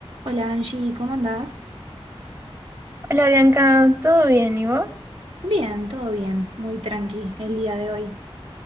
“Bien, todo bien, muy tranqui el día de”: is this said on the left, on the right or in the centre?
Right